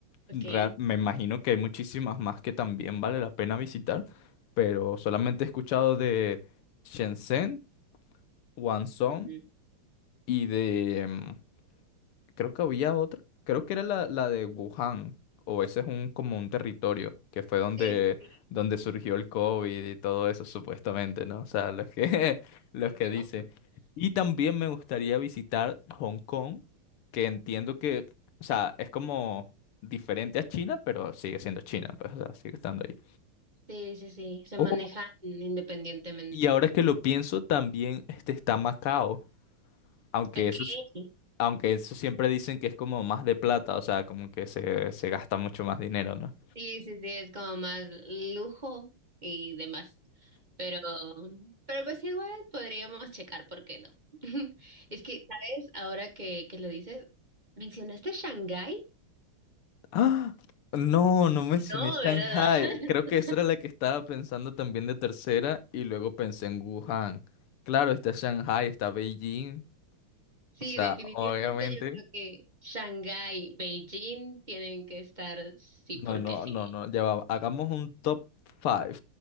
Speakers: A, on the right; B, on the left.
A: Ok.
B: Real- me imagino que hay muchísimas más que también vale la pena visitar, pero solamente he escuchado de Shenzhen, Guangzhou
A: Mm.
B: y de em, Creo que había otra. Creo que era la, la de Wuhan. O ese es un como un territorio que fue donde,
A: Sí, sí, sí,
B: donde surgió el COVID y todo eso, supuestamente, ¿no? O sea, los que, <laughs> los
A: sí,
B: que
A: fuimos.
B: dicen. Y también me gustaría visitar Hong Kong, que entiendo que, o sea, es como diferente a China, pero sigue siendo China, pues, o sea, sigue estando ahí.
A: Sí, sí, sí, se
B: Oh,
A: manejan independientemente.
B: y ahora que lo pienso, también este, está Macao, aunque
A: Ok.
B: eso Aunque eso siempre dicen que es como más de plata, o sea, como que se, se gasta mucho más dinero, ¿no?
A: Sí, sí, sí, es como más lujo y demás. Pero, pero pues igual podríamos checar, ¿por qué no? <laughs> Es que, ¿sabes? Ahora que, que lo dices, ¿mencionaste Shanghái?
B: ¡Ah! No, no mencioné
A: No,
B: Shanghai.
A: ¿verdad? <laughs>
B: Creo que esa era la que estaba pensando también de tercera y luego pensé en Wuhan. Claro, está Shanghai, está Beijing.
A: Sí,
B: O sea,
A: definitivamente
B: obviamente.
A: yo creo que Shanghái, Beijing tienen que estar sí
B: No,
A: porque
B: no,
A: sí.
B: no, no. Ya va. Hagamos un top five,